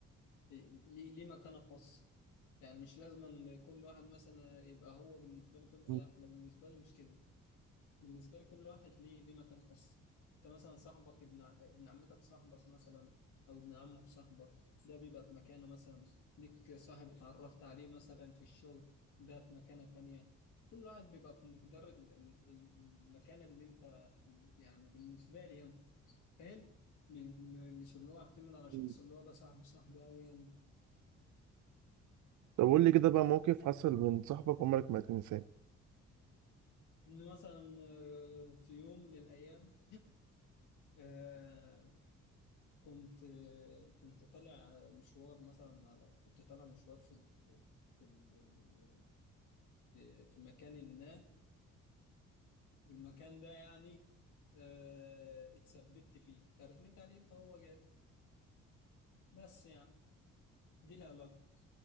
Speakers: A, on the left; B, on the right.
A: ليه ليه مكانة خاصة يعني مش لازم أن كل واحد مثلا يبقى هو بالنسبة لي كل
B: مم.
A: لا أنا بالنسبة لي مش كده بالنسبة لي كل واحد ليه ليه مكان خاص انت مثلا صاحبك ابن ع- ابن عمتك صاحبك مثلا او ابن عمك صاحبك ده بيبقى في مكانه مثلا ليك صاحب اتعرفت عليه مثلا في الشغل ده في مكانة تانية كل واحد بيبقى في مقدار ال- ال- المكان اللي انت يعني بالنسبة لي يعني فاهم م- م- مش اللي هو اعتمد على شخص
B: مم.
A: اللي هو ده صاحب صاحبي أوي يعني
B: طب قول لي كده بقى موقف حصل من صاحبك عمرك ما هتنساه
A: إن مثلا آه، في يوم من الأيام آه، كنت كنت طالع مشوار مثلا على كنت طالع مشوار في ال- في ال- في في مكان ما والمكان ده يعني آه، اتثبت فيه فرميت عليه فهو جاب بس يعني دي العلاقة